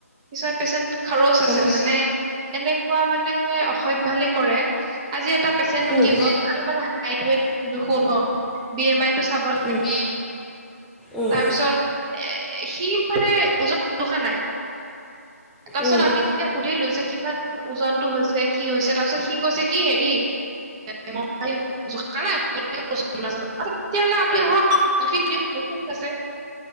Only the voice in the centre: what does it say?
হয়নে
উম
উম উম
উম